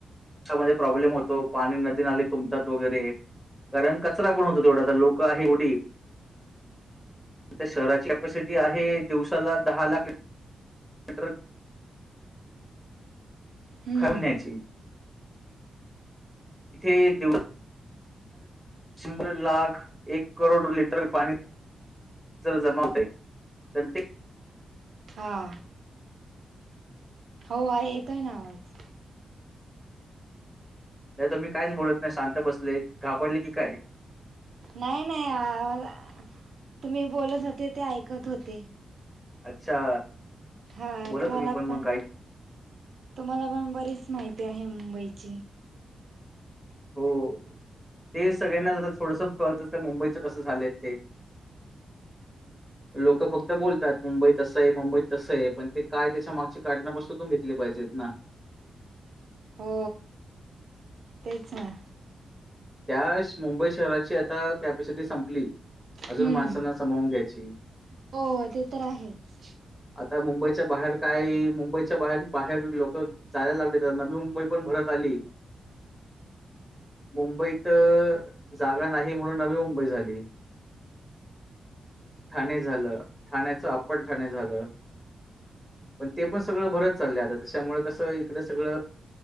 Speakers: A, in the centre; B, on the right (about 55°).
A: त्यामध्ये प्रॉब्लेम होतो पाणी नदीनाले तुंबतात वगैरे. कारण कचरा पण होतो तेवढा आता लोकं आहेत एवढी. आता शहराची कॅपासिटी आहे दिवसाला दहा लाख इंटर <unintelligible>
B: हम्म
A: खाऊन न्यायची इथे दिव शंभर लाख एक करोड लिटर पाणी जमा होते तर ते
B: हा हो आ येतोय ना आवाज.
A: नाही तर मी कायच बोलत नाही शांत बसले घाबरले की काय?
B: नाही नाही तुम्ही बोलत होते ते ऐकत होते.
A: अच्छा.
B: हा
A: बोला
B: तुम्हाला
A: तुम्ही मग
B: पण,
A: काय
B: तुम्हाला पण बरीच माहिती आहे मुंबईची.
A: हो, ते सगळ्यांनाच आता थोडस कळत तर मुंबईच कसं झालंय ते. लोक फक्त बोलतात मुंबई तसं आहे मुंबईत तसं आहे पण ते काय त्याच्या मागची काढण पण शोधून घेतली पाहिजेत ना.
B: हो, तेच ना.
A: त्यास मुंबई शहराची आता कॅपॅसिटी संपली. अजून
B: हम्म.
A: माणसांना समावून घ्यायची.
B: हो ते तर आहेच
A: आता मुंबईच्या बाहेर काय मुंबईच्या बाहेर बाहेर लोक जायला लागले तर नवी मुंबई पण भरत आली, मुंबई त, जागा नाही म्हणून नवी मुंबई झाली. ठाणे झालं, ठाण्याच अप्पर ठाणे झालं. पण ते पण सगळं भरत चाललंय त्याच्यामुळे कसं इकड सगळं